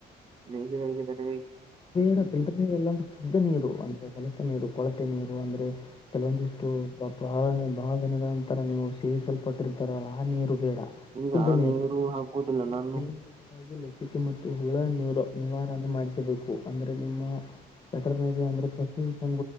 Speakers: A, on the right; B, on the left.
A: ಮೇಘಗಳಿಗೆ <unintelligible>
B: ಬೇಡ ಫಿಲ್ಟರ್ ನೀರೆಲ್ಲಾ ಅಂದ್ರೆ ಶುದ್ಧ ನೀರು ಅಂದ್ರೆ ಹೊಲಸ ನೀರು ಕೊಳತೆ ನೀರು ಅಂದ್ರೆ ಕೆಲವೊಂದಿಷ್ಟು. ಹು ಬಳನೆ ಬಹಳ ದಿನದ ನಂತರ ನೀವು ಸೇರಿಸಲ್ಪಟ್ಟಿರ್ ತರ ನೀರು ಬೇಡ
A: ಈಗ
B: ಶುದ್ಧ ನೀರು.
A: ಹಾಕುವುದಿಲ್ಲ ನಾನು
B: ನಿಯಮಿತವಾಗಿ ಲಸಿಕೆ ಮತ್ತು ಹುಳ ನೀರು ನಿವಾರಣೆ ಮಾಡಿಸಬೇಕು. ಅ ನಿಮ್ಮ ವೆಟರ್ನರಿ ಅಂದ್ರೆ ಪಶು ಸಂ